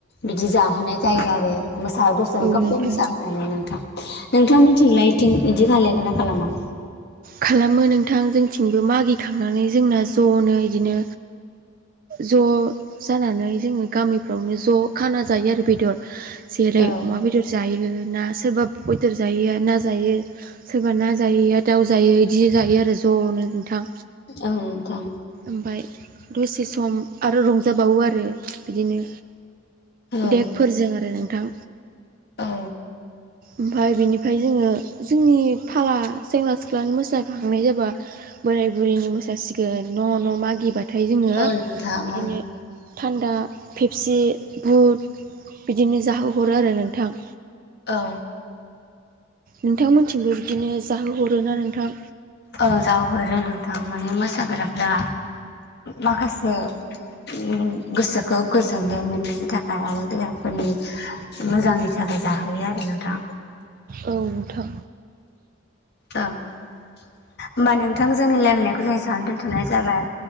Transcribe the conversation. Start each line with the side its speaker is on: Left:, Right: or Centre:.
Left: बिदि जाहोनाय जायो आरो मोसा <unintelligible>
Right: औ नोंथां
Left: नोंथा नोंथा मिथिंलायथिं बिदि खालाय ना खालामा
Right: खालामो नोंथां जोंथिंबो मागिखांनानै जोंना ज'नो बिदिनो ज' जानानै जोङो गामिफ्रावनो ज' खाना जायो आरो बेदर जेरै
Left: औ
Right: अमा बेदर जायो ओ ना सोरबा बयदर‌ जायैया ना जायो सोरबा ना जायैया दाउ जायो बिदि जायो आरो ज'नो नोंथां
Left: औ नोंथां
Right: ओमफाय दसे सम आरो रंजाबावो आरो बिदिनो
Left: औ
Right: देकफोरजों आरो नोंथां
Left: औ
Right: ओमफाय बेनिफ्राय जोङो जोंनि फाला सेंग्रा सिख्लानि मोसाखांनाय जाबा बोराय बुरिनि मोसासिगोन न' न' मागिबा नाथाय जोङो
Left: औ नोंथां
Right: बिदिनो
Left: औ
Right: थान्दा फेपसि बुट बिदिनो जाहोहरो आरो नोंथां
Left: औ
Right: नोंथांमोनथिंबो बिदिनो जाहोहरोना नोंथां
Left: ओ जाहोहरो नोंथां माने मोसाग्राफ्रा माखासे उम गोसोखौ गोजोननाय मोननायनि थाखाय आरो देहाफोरनि मोजांनि थाख जाहोयो आरो नोंथां
Right: औ नोंथां
Left: औ होमबा नोंथां जोंनि रायलायनायखौ जों एसेयावनो दोनथ'नाय जाबाय